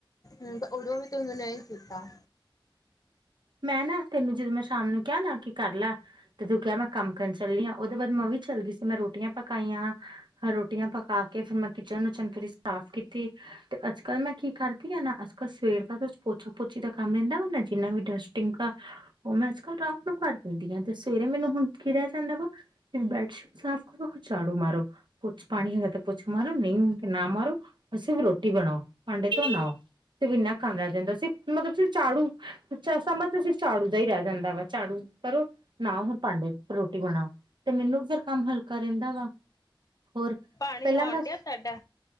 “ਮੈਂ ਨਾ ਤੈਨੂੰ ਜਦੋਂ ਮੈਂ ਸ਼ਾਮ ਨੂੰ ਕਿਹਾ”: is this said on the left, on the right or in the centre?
Right